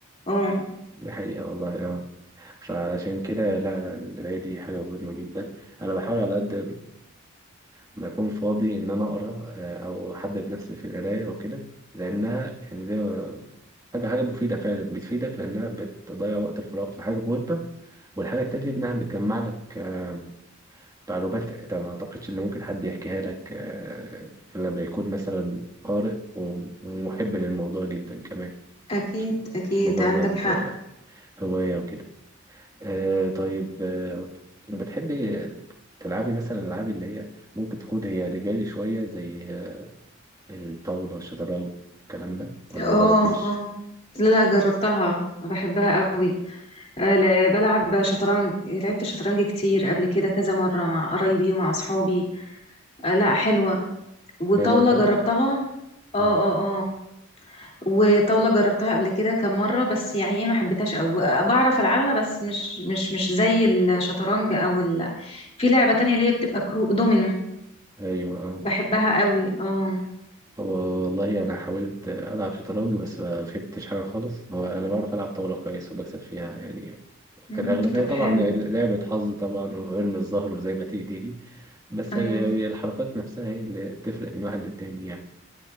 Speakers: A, on the left (about 30°); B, on the right (about 15°).
A: اه
B: دي حقيقة والله اه فعشان كده لا القراية دي حاجة مهمة جدا أنا بحاول على قد ما اكون فاضي ان انا اقرا آه، او احبب نفسي في القرايه وكده لانها يعني زي ما حاجه حاجه مفيده فعلا بتفيدك لانها بتضيع وقت الفراغ في حاجه مهمه والحاجه التانيه انها بتجمع لك آه، معلومات انت ما اعتقدش ان ممكن حد يحكيها لك آه، غير لما يكون مثلا قارئ ومحب للموضوع جدا كمان
A: اكيد
B: مش
A: اكيد
B: مش مجرد
A: عندك حق
B: آه، هوايه وكده آه، طيب آه، بتحبي تلعبي مثلا الالعاب اللي هي ممكن تكون هي رجالي شوية زي الطاولة الشطرنج الكلام ده ولا
A: اه
B: مجربتيش؟
A: اه لا لا جربتها بحبها قوي آه، لا، بلعب شطرنج لعبت شطرنج كتير قبل كده كذا مرة مع قرايبي ومع أصحابي آه، لا حلوة وطاولة
B: هي لو بجد؟
A: جربتها اه اه
B: مم.
A: اه وطاولة جربتها قبل كده كم مرة بس يعني ايه ما حبيتهاش قوي بعرف العبها بس مش مش مش زي الشطرنج او ال... في لعبة تانية اللي هي بتبقى كرو دومينو
B: أيوة أه
A: بحبها قوي اه
B: هو والله أنا حاولت ألعب شطرنج بس ما فهمتش حاجة خالص هو أنا بعرف ألعب طاولة كويس وبكسب فيها يعني
A: امم
B: في الأغلبية
A: طب
B: طبعا
A: حلو
B: لعبة حظ طبعا وارمي الظهر وزي ما تيجي تيجي بس
A: ايوه
B: يعني الحركات نفسها هي اللي بتفرق من واحد للتاني يعني